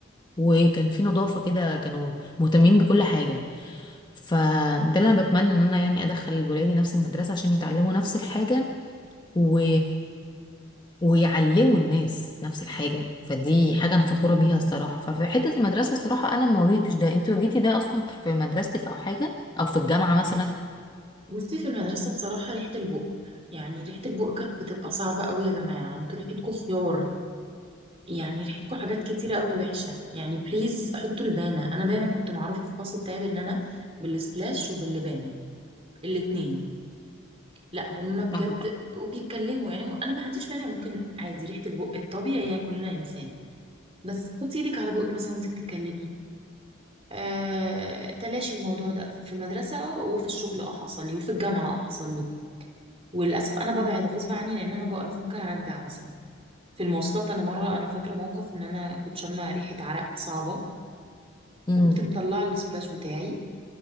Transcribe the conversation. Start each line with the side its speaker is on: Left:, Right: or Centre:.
Left: وكان في نظافه كده كانوا مهتمين بكل حاجه فده اللي انا بتمنى ان انا يعني ادخل ولادي نفس المدرسه عشان يتعلموا نفس الحاجه و... ويعلموا الناس نفس الحاجه فدي حاجه انا فخوره بيها الصراحه ففي حته المدرسه الصراحه انا ما واجهتش ده انت واجهتي ده اصلا في مدرستك او حاجه او في الجامعه مثلا
Right: بصي في المدرسه بصراحه ريحه البق يعني ريحه البق كانت بتبقى صعبه قوي يا جماعه انتوا ريحتكم خيار يعني ريحتكم حاجات كتيرة قوي وحشة يعني بليز حطوا لبانة أنا دايما كنت معروفة في الفصل بتاعي بإن أنا بالسبلاش وباللبان الاتنين لا هما بجد
Left: نعم.
Right: بقوا بيتكلموا يعني م- أنا ما عنديش مانع ممكن عادي ريحة البق الطبيعي يعني كلنا إنسان بس حطي إيدك على بقك مثلا وأنت بتتكلمي آه... تلاشي الموضوع ده ففي المدرسة اه وفي الشغل اه حصل لي وفي الجامعة اه حصل لي وللأسف أنا ببعد غصب عني لأن أنا بقرف ممكن أرجع مثلا في المواصلات أنا مرة أنا فاكرة موقف إن أنا كنت شامة ريحة عرق صعبة
Left: امم
Right: وقمت مطلعه السبلاش بتاعي